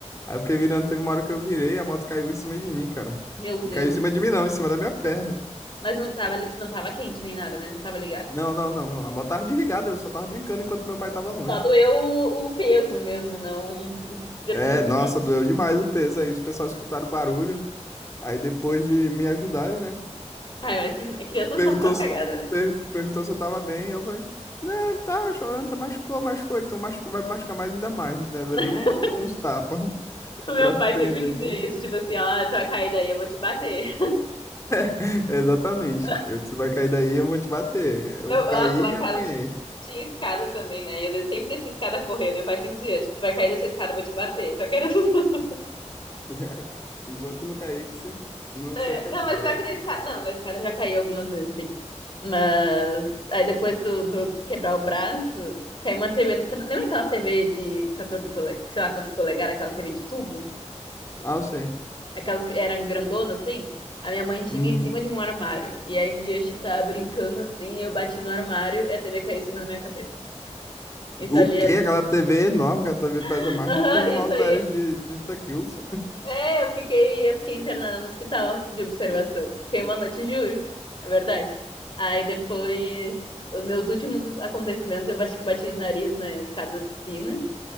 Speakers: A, on the left (about 25°); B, on the left (about 45°).
A: Aí eu fiquei virando, teve uma hora que eu virei, a moto caiu em cima de mim, cara.
B: Meu Deus.
A: Caiu em cima de mim não, em cima da minha perna.
B: Mas não tava, li- não tava quente nem nada, né? Não tava ligado.
A: Não, não, não, não. A moto tava desligada, eu só tava brincando enquanto meu pai tava longe.
B: Só doeu o, o peso mesmo, não. <laughs> Podia
A: É,
B: ter sido
A: nossa,
B: pior.
A: doeu demais o peso aí. Os pessoal escutaram o barulho. Aí depois de me ajudarem, né?
B: Ai, mas que, é criança
A: Perguntou,
B: só faz
A: se-
B: cagada, né?
A: per- perguntou se eu tava bem, eu falei, não, tá chorando, tá machucou, machucou, então machucou, vai machucar mais ainda mais, né? Levei
B: <laughs>
A: um- uns tapas <laughs>
B: O meu
A: pra prender,
B: pai sempre dizia
A: né?
B: isso, tipo assim, ó, tua caída aí, eu vou te bater.
A: <laughs> Exatamente.
B: <laughs>
A: Eu, tu vai cair daí, eu vou te bater. Eu
B: Meu,
A: caí
B: nossa, lá
A: e
B: em
A: apanhei.
B: casa t- tinha escada também, né? E eu sempre descia escada correndo. Meu pai sempre dizia, tipo, vai cair dessa escada, eu vou te bater. Só que era assim. <laughs>
A: <laughs> Enquanto não caísse, não
B: É,
A: se aquietava.
B: não, mas pior que da escada. Não, da escada eu já caiu algumas vezes, sim. Mas aí depois do, do- do quebrar o braço, caiu uma TV. sabe- Lembra aquelas TV de 14 polegadas, sei lá quantos polegadas, aquelas TV de tubo?
A: Ah, eu sei.
B: Aquelas que eram grandonas, assim? A minha mãe tinha
A: Uhum.
B: em cima de um armário. E aí um dia eu tava brincando assim, eu bati no armário e a TV caiu em cima da minha cabeça. Isso
A: O
B: ali
A: quê?
B: é...
A: Aquela TV é enorme, aquela TV pesa
B: <laughs>
A: mais
B: Aham,
A: do que um
B: isso
A: halteres
B: aí
A: de 30 quilos.
B: É, eu fiquei, eu fiquei internada no hospital de observação. Fiquei uma noite, juro. É verdade. Aí depois, os meus últimos acontecimentos, eu acho que bati de nariz na escada da piscina.